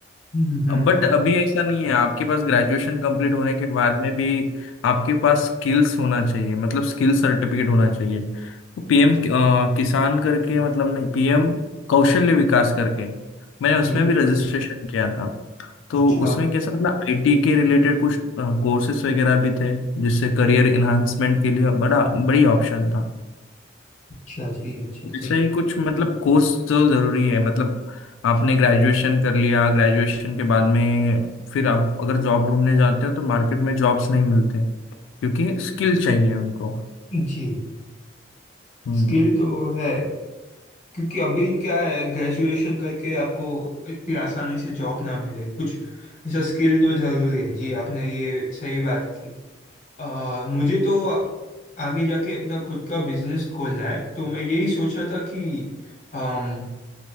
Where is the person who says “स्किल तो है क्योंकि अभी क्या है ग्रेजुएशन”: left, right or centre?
Left